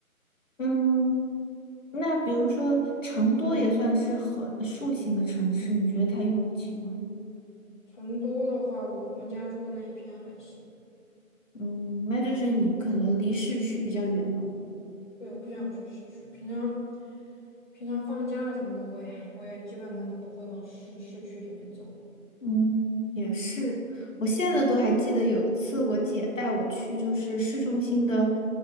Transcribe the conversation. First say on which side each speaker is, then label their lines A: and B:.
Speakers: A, on the left; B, on the left.
A: 嗯，那比如说成都也算是很树形的城市，你觉得它拥挤吗？
B: 成都的话，我们家住的那一片还行。
A: 嗯，那就是你可能离市区比较远了。
B: 对，我不想去市区，平常平常放假什么的，我也我也基本上都不会往市市区里面走。
A: 嗯，也是，我现在都还记得有一次我姐带我去，就是市中心的，